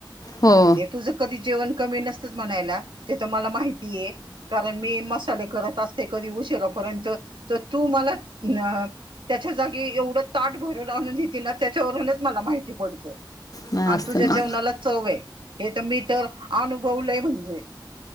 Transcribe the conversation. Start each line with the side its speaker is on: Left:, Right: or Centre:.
Left: हो.
Right: ते तुझं कधी जेवण कमी नसतच म्हणायला. ते तर मला माहितीये. कारण मी मसाले करत असते कधी उशिरापर्यंत तर तू मला अ- त्याच्या जागी एवढं ताट भरून आणून देती ना? त्याच्यावरूनच मला माहिती पडतं.
Left: नाही
Right: आणि
Left: असत
Right: तुझ्या
Left: ना.
Right: जेवणाला चव आहे हे तर मी तर अनुभवलंय म्हणजे.